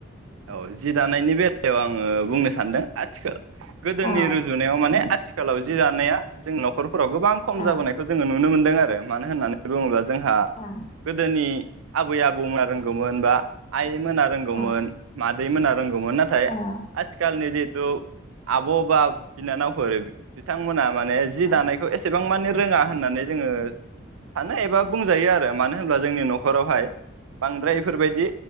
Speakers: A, on the right; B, on the left.
A: औ जि दानायनि बेलायाव आङो बुंनो सानदों आथिखाल गोदोनि
B: औ
A: रुजुनायाव माने आथिखालाव जि दानाया जोंनाव फोराव गोबां खम
B: ओं
A: जाबोनायखौ जों नु नुनो मोनदों आरो मानो होननानै बुङोब्ला जोंहा
B: ओं
A: गोदोनि आबै आबौमोना रोंगौमोन बा आइ मोना रोंगौमोन
B: ओं
A: मादैमोना रोंगौमोन नाथाय
B: औ
A: आथिखालनि जे खौ आब बा बिनानावफोर बि बिथांमोना माने जि दानायखौ
B: औ
A: एसेबां माने रोङा होननानै जोङो सानो एबा बुंजायो आरो, मानो होनब्ला जोंनि नखरावहाय बांद्राय बेफोरबायदि